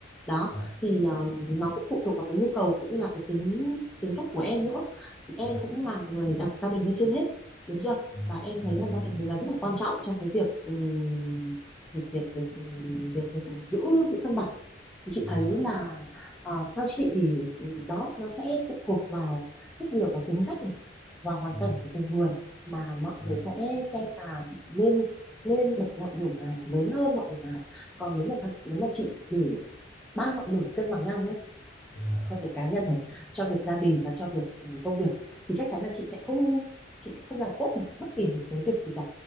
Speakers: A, in the centre; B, on the left.
A: đó
B: dạ
A: thì um, nó cũng phụ thuộc vào cái nhu cầu cũng như là cái tính tính cách của em nữa thì em
B: dạ
A: cũng là người đặt gia đình lên trên hết đúng chưa
B: dạ
A: và em
B: dạ
A: thấy là
B: đúng
A: gia đình
B: rồi
A: mình là rất là quan trọng trong cái việc ừm, việc việc việc ừm, việc việc mà giữ giữ cân bằng thì chị
B: đúng
A: thấy
B: rồi
A: là à, theo chị thì ừm, đó nó sẽ phụ thuộc vào rất nhiều vào tính cách này và hoàn
B: dạ
A: cảnh của từng người mà mọi
B: dạ
A: người sẽ xem là nên nên bật ngọn lửa nào lớn hơn ngọn lửa nào còn nếu mà thật- nếu mà chị để ba ngọn lửa cân bằng nhau nhá
B: dạ
A: cho việc cá nhân này cho việc gia đình và cho việc ừ, công việc thì chắc chắn là chị sẽ không chị sẽ không làm tốt một, bất kỳ một cái việc gì cả